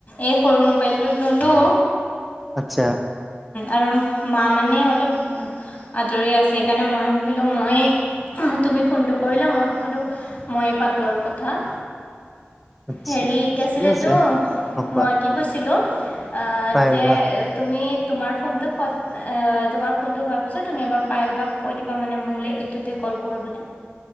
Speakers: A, on the left (about 50°); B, in the centre.
A: এই সৰু মোবাইলটো ল'লোঁ।
B: আচ্ছা।
A: আৰু মা মানে অলপ আঁতৰি আছে সেইকাৰণে মই ভাবিলোঁ। মই তুমি ফোনটো কৰিলা মই বোলো ময়ে পাতোঁ আৰু কথা-
B: আচ্ছা
A: হেৰি কিআছিলে
B: ঠিকে
A: এইটো
B: আছে অ কোৱা
A: মই কি কৈছিলো। ত আ
B: পাই
A: যে
B: লোৱা
A: তুমি- তোমাৰ ফোনটো কত তোমাৰ ফোনটো হোৱাৰ পিছত তুমি এবাৰ পাইল বা কৈ দিবা মানে মোলৈ এইটোতে ক কল কৰিবলে